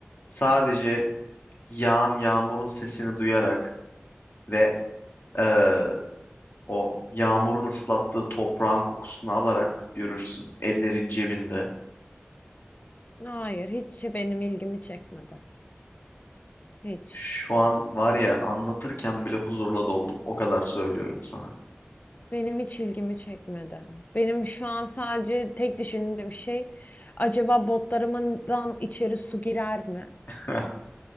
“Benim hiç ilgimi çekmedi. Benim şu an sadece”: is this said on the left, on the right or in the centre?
Left